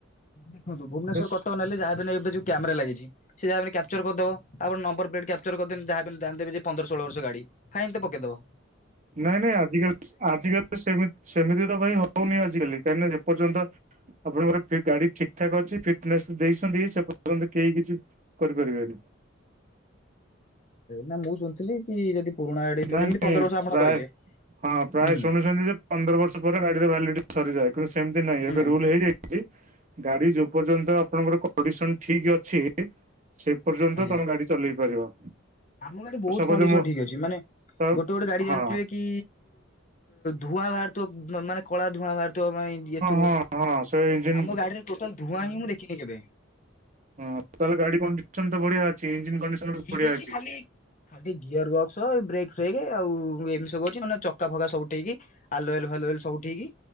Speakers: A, on the left; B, on the right.
A: ଦେଖନ୍ତୁ ଭୁବନେଶ୍ଵର
B: ବେଶ୍
A: କଟକ ନେଲେ ଯାହାବ ନ ଏବେ ଯୋଉ କ୍ୟାମେରା ଲାଗିଚି ସେ ଯାହା ହେନେ କ୍ୟାପଚର୍ କରିଦବ ଆପଣ ନମ୍ବର ପ୍ଲେଟ୍ କ୍ୟାପଚର୍ କରିଦିଅନ୍ତି ଯାହାବି ହେଲେ ଜାଣିଦେବେ ଯେ ପନ୍ଦର ଷୋଳ ବର୍ଷ ଗାଡି ଫାଇନ୍ ତ ପକେଇଦବ।
B: ନାଇଁ ନାଇଁ ଆଜିିକାଲି ଆଜିକାଲି ସେମି ସେମିତି ତ କାଇଁ ହଉନି ଆଜିକାଲି କାହିଁକି ନା ଏପର୍ଯ୍ୟନ୍ତ ତ ଆପଣଙ୍କର ଗାଡି ଠିକ ଠାକ୍ ଅଛି ଫିଟନେସ୍ ଦେଇଛନ୍ତି ସେ ପର୍ଯ୍ୟନ୍ତ କେହି କିଛି କରିପାରିବେନି।
A: ନା ମୁଁ ଶୁଣିଥିଲି କି ଯଦି ପୁରୁଣା ଗାଡିଟା
B: ନାଇ
A: ଯେମିତି
B: ନାଇଁ
A: ପନ୍ଦର ବର୍ଷ ଆପଣ
B: ପ୍ରାୟ
A: କହିଲେ
B: ହଁ ପ୍ରାୟ
A: ହୁଁ।
B: ଶୁଣିୁଛନ୍ତି ଯେ ପନ୍ଦର ବର୍ଷ ପରେ ଗାଡିରେ ଭାଲିଡି ସରିଯାଏ କିନ୍ତୁ ସେମିତି ନାହିଁ
A: ହୁଁ
B: ଏବେ ରୁଲ ହେଇଯାଇ ଚି ଗାଡି ଯେ ପର୍ଯ୍ୟନ୍ତ ଆପଣଙ୍କର କଣ୍ଡିସନ ଠିକ ଅଛି ସେ ପର୍ଯ୍ୟନ୍ତ
A: ଆଜ୍ଞା।
B: ତମ ଗାଡି ଚଲେଇ ପାରିବ।
A: ଆମ ଗାଡି ବହୁତ
B: ଆଉ ସପୋଜ
A: କଣ୍ଡିସନ
B: ମୁଁ
A: ଠିକ୍ ଅଛି ମାନେ
B: ହଁ
A: ଗୋଟେ ଗୋଟେ ଗାଡି
B: ହଁ
A: ଜାଣିଥିବେ କି ଧୂଆଁଯଉ ବାହାରୁଥିବ ମାନେ କଳା ଧୂଆଁ ବାହାରୁଥିବା ପାଇଁ ଏଥିରୁ
B: ହଁ ହଁ ହଁ ସେ ଇଞ୍ଜିନ
A: ଆମ ଗାଡିରେ ଟୋଟାଲ ଧୂଆଁ ହିଁ ମୁଁ ଦେଖିନି କେବେ
B: ହୁଁ ତାହେଲେ ଗାଡି କଣ୍ଡିସନ ତ ବଢିଆ ଅଛି। ଇଞ୍ଜିନ କଣ୍ଡିସନ ବି
A: ଠିକ
B: ବଢିଆ
A: ଅଛି ଖାଲି ଖାଲି ଗିଅରବକ୍ସ ବ୍ରେକ ଫ୍ରେକ ଆଉ ଏମ ସବୁ ଅଛି ନହେନେ ଚକା ଫକା ସବୁଠିକ। ଆଲୁଏଲ ଫାଲୁଏଲ ସବୁ ଠିକ